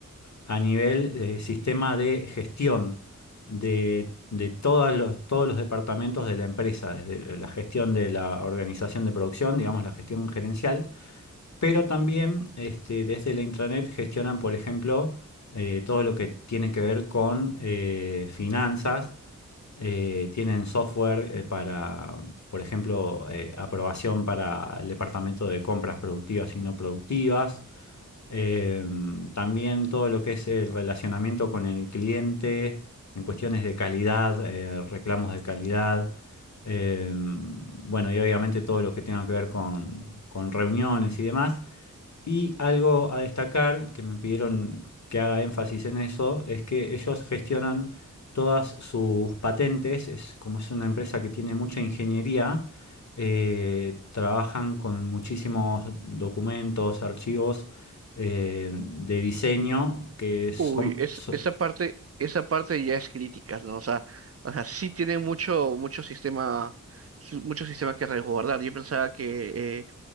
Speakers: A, on the left; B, on the right.
A: a nivel eh, sistema de gestión de, de todos los, todos los departamentos de la empresa, desde la gestión de la organización de producción, digamos la gestión gerencial, pero también este, desde la intranet gestionan, por ejemplo, eh, todo lo que tiene que ver con eh, finanzas. Eh, tienen software eh, para, por ejemplo, eh, aprobación para el departamento de compras productivas y no productivas. Em, también todo lo que es el relacionamiento con el cliente en cuestiones de calidad, eh, reclamos de calidad. Em, bueno, y obviamente todo lo que tenga que ver con, con reuniones y demás. Y algo a destacar, que me pidieron que haga énfasis en eso, es que ellos gestionan todas sus patentes, es como es una empresa que tiene mucha ingeniería, eh, trabajan con muchísimos documentos, archivos eh, de diseño que son,
B: Uy, es,
A: so-
B: esa parte, esa parte ya es crítica, ¿no? O sea, o sea, sí tiene mucho, mucho sistema, su- mucho sistema que resguardar. Yo pensaba que eh,